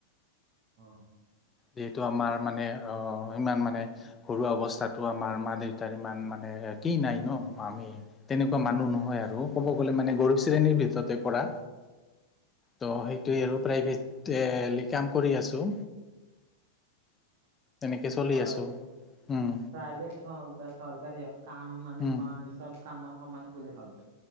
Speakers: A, on the right; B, on the left.
A: অ',
B: যিহেতু আমাৰ মানে অ, ইমান মানে ঘৰুৱা অৱস্থাতো আমাৰ মা-দেউতাৰ ইমান মানে এ কি নাই ন আমি তেনেকুৱা মানুহ নহয় আৰু ক'ব গ'লে মানে গৰীৱ শ্ৰেণীৰ ভিতৰতে পৰা।
A: <inaudible>
B: ত' সেইটোৱে আৰু প্ৰাইভেটেলি কাম কৰি আছো। এ চলি
A: হয়
B: আছোঁ। উম,
A: প্ৰাইভেট হওক বা চৰকাৰী হওক কাম মানে
B: উম,
A: মই চব কাম মই সমানে। বুলি ভাবো